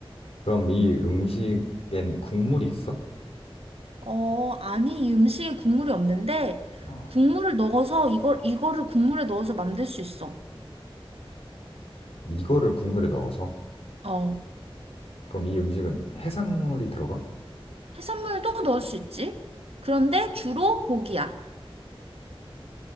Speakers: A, on the left; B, on the right.
A: 그럼 이 음식엔 국물이 있어?
B: 어, 아니, 이 음식에 국물이 없는데,
A: 어,
B: 국물을 넣어서, 이걸, 이거를 국물에 넣어서 만들 수 있어.
A: 이거를 국물에 넣어서?
B: 어,
A: 그럼 이 음식은 해산물이 들어가?
B: 해산물도 넣을 수 있지. 그런데 주로 고기야.